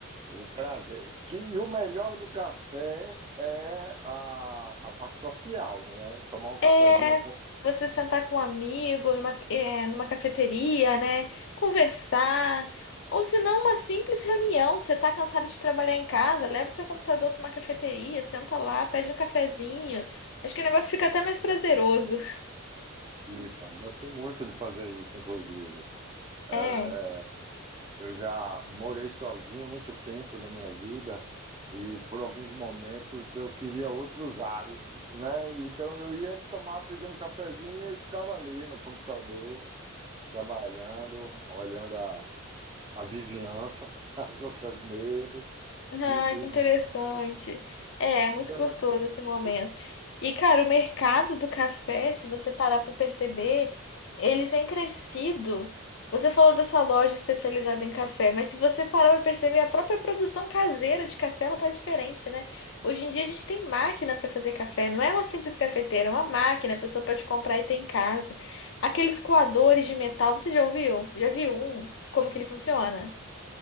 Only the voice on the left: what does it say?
É
você sentar com um amigo numa, é, numa cafeteria, né? Conversar. Ou se não, uma simples reunião. Você tá cansado de trabalhar em casa, leva o seu computador para uma cafeteria, senta lá, pede um cafezinho. Acho que o negócio fica até mais prazeroso.
É.
Ah,
que interessante.
É, é muito
gostoso
esse momento. E, cara, o mercado do café, se você parar para perceber, ele tem crescido. Você falou dessa loja especializada em café, mas se você parar para perceber, a própria produção caseira de café, ela tá diferente, né? Hoje em dia a gente tem máquina para fazer café, não é uma simples cafeteira, é uma máquina, a pessoa pode comprar e ter em casa. Aqueles coadores de metal, você já ouviu? Já viu um? Como que ele funciona?